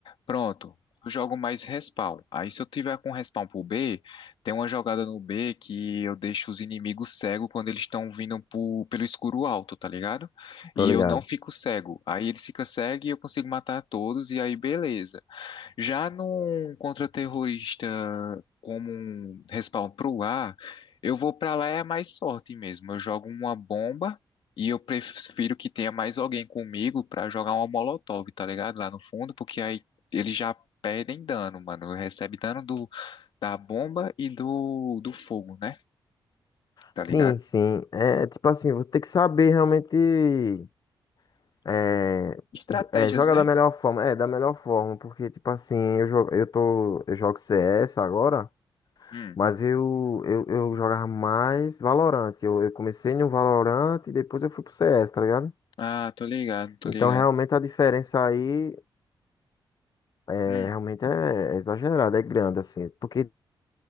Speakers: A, on the left (about 70°); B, on the left (about 50°).
A: Pronto, eu jogo mais respawn. Aí se eu tiver com respawn pro B, tem uma jogada no B que eu deixo os inimigos cegos quando eles estão vindo pro- pelo escuro alto, tá ligado? E
B: tô ligado.
A: eu não fico cego. Aí eles ficam cegos e eu consigo matar todos e aí beleza. Já num contra-terrorista como um respawn pro ar, eu vou pra lá é mais sorte mesmo. Eu jogo uma bomba e eu prefiro que tenha mais alguém comigo pra jogar uma molotov, tá ligado? Lá no fundo, porque aí eles já perdem dano, mano. Recebe dano do, da bomba e do, do fogo, né? Tá
B: Sim,
A: ligado?
B: sim. É tipo assim, você tem que saber realmente é,
A: Estratégias,
B: j- é, jogar
A: né?
B: da melhor forma. É, da melhor forma, porque tipo assim, eu jogo, eu tô, eu jogo CS agora,
A: Hum.
B: mas eu, eu, eu jogava mais Valorant. Eu, eu comecei no Valorant e depois eu fui pro CS, tá ligado?
A: Ah, tô ligado, tô
B: Então
A: ligado.
B: realmente a diferença aí é,
A: Hum.
B: realmente é, é exagerada, é grande, assim. Porque